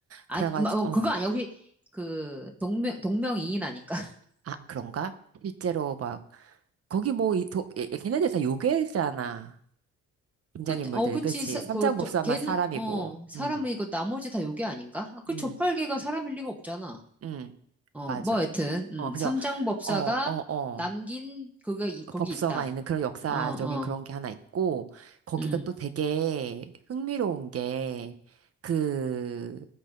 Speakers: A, in the centre; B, on the right.
A: 아,
B: 그래가지고,
A: 마- 어, 그거
B: 어.
A: 아니야. 혹시 그 동명 동명이인 아닌가? <laughs>
B: 아, 그런가? 실제로 막, 거기 뭐, 이, 도, 얘- 얘- 걔네들 다 요괴잖아. 등장인물들이.
A: 그, 어, 그치.
B: 그치?
A: 사-
B: 삼장
A: 그,
B: 법사만
A: 저, 걔는
B: 사람이고.
A: 어 사람이고
B: 음,
A: 나머지 다 요괴 아닌가? 아, 그
B: 음,
A: 조팔계가 사람일 리가 없잖아.
B: 음.
A: 어,
B: 맞아.
A: 뭐 여튼 음,
B: 어, 그래서,
A: 삼장법사가
B: 어, 어, 어.
A: 남긴 그거 이- 거기
B: 법서가
A: 있다.
B: 있는 그런 역사적인
A: 어, 어,
B: 그런 게 하나 있고, 거기가
A: 음,
B: 또 되게 흥미로운 게, 그,